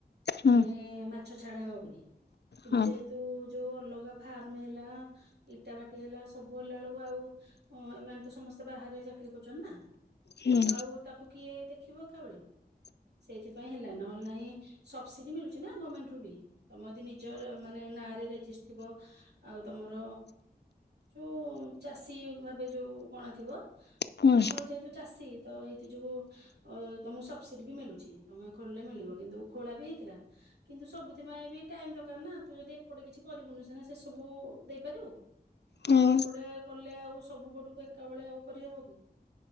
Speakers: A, on the left; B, on the right.
A: ହୁଁ
B: ମାନେ ମାଛ ଛାଡା ହବ ବୋଲି କିନ୍ତୁ
A: ହଁ
B: ଯେହେତୁ ଯୋଉ ଅଲଗା ଫାର୍ମ ହେଲା ଇଟା ଭାଟି ହେଲା। ସବୁ ହେଲା ବେଳକୁ ଆଉ ଏମାନେ ତ ସମସ୍ତେ ବାହାରେ ଚାକିରି କରୁଚନ୍ତି ନା।
A: ହୁଁ।
B: ତ ଆଉ ତାକୁ କିଏ ଦେଖିବ ଏକା ଵେଳେ। ସେଇଥିପାଇଁ ହେଲା ନହେଲେ ନାଇଁ ସବସିଡି ମିଳୁଛି ନା ଗମେଣ୍ଟେରୁୁ ବି। ତମ ଅଦି ନିଜର ମାନେ ନାଁରେ ରେଜିଷ୍ଟ୍ ଥିବ ଆଉ ତମର ଯୋଉ ଚାଷୀ ଭାବେ ଯୋଉ ଗଣା ଥିବ
A: ହୁଁ
B: ଓ ଆମର ଯେହେତୁ ଚାଷୀ ତ ଏଇତି ଯୋଗୁ ଅ ତମକୁ ସବସିଡି ବି ମିଳୁଚି ତମେ ଖୋଳିଲେ ମିଳିବ କିନ୍ତୁ ଖୋଳା ବି ହେଇଥିଲା। କିନ୍ତୁ ସବୁଥିପାଇଁ ବି ଟାଇମ ଦରକାର ନା ତୁ ଯଦି ଏପଟେ କିଛି କରିବୁନି ସିନା ସେ ସବୁ ଦେଇପାରିବୁ।
A: ହୁଁ।
B: ଆଉ ଏପଟେ କଲେ ଆଉ ସବୁ ପଟୁକୁ ଏକା ବେଳେ ଆଉ କରିହେବ କି।